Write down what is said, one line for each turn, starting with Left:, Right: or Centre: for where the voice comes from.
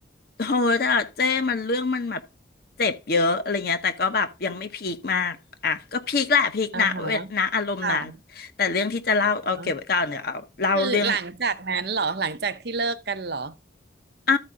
Left: โหแต่เจ้มันเรื่องมันแบบเจ็บเยอะอะไรเงี้ยแต่ก็แบบยังไม่พีคมากอ่ะก็พีคแหละพีคนะเวนะอารมณ์นั้นแต่เรื่องที่จะเล่าเอาเก็บไว้ก่อนเดี๋ยวเอาเล่าเรื่อง
Right: อ่าฮะค่ะอ่าฮะคือหลังจากนั้นเหรอหลังจากที่เลิกกันเหรอ
Left: อ่า